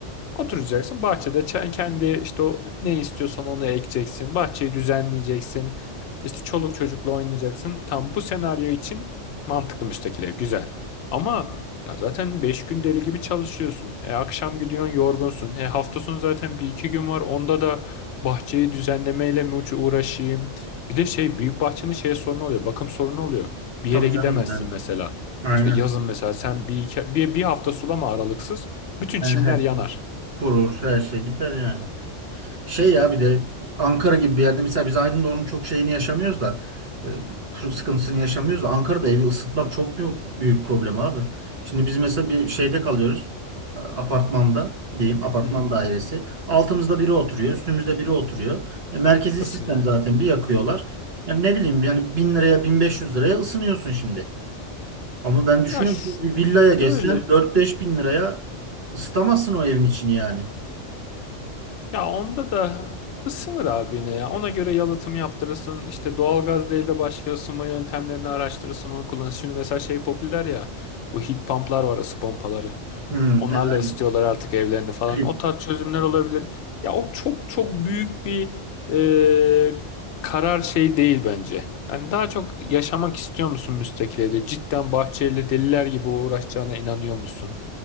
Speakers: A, on the left (about 70°); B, on the right (about 50°).
A: Oturacaksın bahçede ç- kendi işte o ne istiyorsan onu ekeceksin. Bahçeyi düzenleyeceksin. İşte çoluk çocukla oynayacaksın. Tam bu senaryo için mantıklı müstakil ev güzel. Ama ya zaten 5 gün deli gibi çalışıyorsun. E akşam gidiyorsun yorgunsun. E hafta sonu zaten bir iki gün var. Onda da bahçeyi düzenlemeyle mi uç- uğraşayım? Bir de şey büyük bahçenin şey sorunu oluyor. Bakım sorunu oluyor. Bir
B: Tabii
A: yere gidemezsin
B: canım yani.
A: mesela.
B: Aynen.
A: İşte yazın mesela sen bir, iki, bir, bir hafta sulama aralıksız. Bütün
B: Yani
A: çimler
B: her
A: yanar.
B: şey kurur, her şey biter yani. Şey ya bir de Ankara gibi bir yerde mesela biz Aydın'da onun çok şeyini yaşamıyoruz da e, bu sıkıntısını yaşamıyoruz da Ankara'da evi ısıtmak çok büyük, büyük problem abi. Şimdi biz mesela bir şeyde kalıyoruz. e, Apartmanda diyeyim apartman
A: Hı hı.
B: dairesi. Altımızda biri oturuyor, üstümüzde biri oturuyor. E, merkezi
A: Isınıyor.
B: sistem zaten bir yakıyorlar. Yani ne bileyim yani 1000 liraya 1500 liraya ısınıyorsun şimdi. Ama ben
A: Ya
B: düşünüyorum
A: ş-
B: şimdi bir villaya geçsen
A: şöyle
B: 4-5 bin liraya ısıtamazsın o evin içini yani.
A: ya onda da ısınır abi yine ya. Ona göre yalıtım yaptırırsın. İşte doğalgaz değil de başka ısınma yöntemlerini araştırırsın onu kullanırsın. Şimdi mesela şey popüler ya bu heat pump'lar var ısı pompaları.
B: Hmm,
A: Onlarla
B: yani
A: ısıtıyorlar artık evlerini falan.
B: plim.
A: O tarz çözümler olabilir. Ya o çok çok büyük bir e, karar şey değil bence. Yani daha çok yaşamak istiyor musun müstakil evde? Cidden bahçeyle deliler gibi uğraşacağına inanıyor musun?